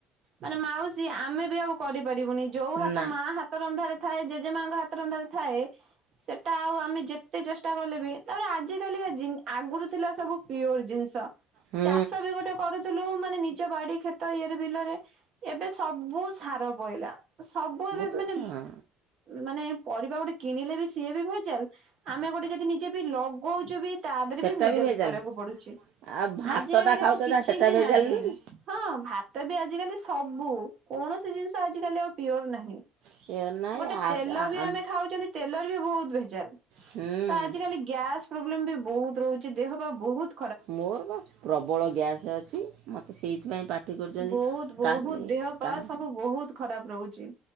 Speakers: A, on the right; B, on the right.
A: ମାନେ ମାଉସୀ ଆମେ ବି ଆଉ କରି ପାରିବୁନି ଯୋଉ ହାତ
B: ନା
A: ମା ହାତ ରନ୍ଧାରେ ଥାଏ ଜେଜେ ମାଙ୍କ ହାତ ରନ୍ଧାରେ ଥାଏ ସେଟା ଆଉ ଆମେ ଯେତେ ଚେଷ୍ଟା କଲେ ବି ତାପରେ ଆଜିକାଲି ଆଗରୁ ଥିଲା ସବୁ ପିଓର ଜିନିଷ।
B: ହୁଁ।
A: ଚାଷ ବି ଗୋଟେ କରୁଥିଲୁ ମାନେ ନିଜ ବାଡ଼ି କ୍ଷେତ ଇଏରେ ବିଲରେ ଏବେ ସବୁ ସାର ପଇଲା। ସବୁ ଏବେ
B: ତ
A: ମାନେ
B: ହଁ
A: ମାନେ ପରିବା ଗୋଟେ କିଣିଲେ ବି ସିଏ ବି ଭେ ଯାଲ୍ ଆମେ ଗୋଟେ ଯଦି ନିଜେ ବି ଲଗଉଚେ ବି ତା ଦେହରେ
B: ସେଟା
A: ବି ଭେଜାଲ୍
B: ଭେଜାଲ
A: କରିବାକୁ ପଡ଼ୁଚି
B: ଆଉ ଭାତଟା
A: ଆଜି କାଲିକା
B: ଖାଉଛ
A: ଆଉ
B: ଯା
A: ତିହି
B: ସେଟା ଭେଜାଲ
A: ନାହିଁ
B: ନୁହେଁ
A: ହଁ ଭାତ ବି ଆଜିକାଲି ସବୁ କୌଣସି ଜିନିଷ ଆଜି କାଲି ଆଉ ପିଓର ନାହିଁ।
B: କି ଏ ନାହିଁ
A: ଗୋଟେ ତେଲ ବି ଆମେ ଖାଉଚନ୍ତି ତେଲରେ ବି ବହୁତ ଭେଜାଲ୍।
B: ହୁଁ
A: ତ ଆଜି କାଲି ଗ୍ୟାସ ପ୍ରୋବ୍ଲେମ୍ ବି ବହୁତ ରହୁଚି ଦେହ ପା ବହୁତ୍
B: ମୋର ପା ପ୍ରବଳ ଗ୍ୟାସ୍ ଅଛି ମୋତେ ସେଇଥିପାଇଁ ପାଟି କରୁଚନ୍ତି
A: ବହୁତ ବହୁତ
B: କାଲି
A: ଦେହ ପା
B: କା
A: ସବୁ ବହୁତ ଖରାପ ରହୁଚି।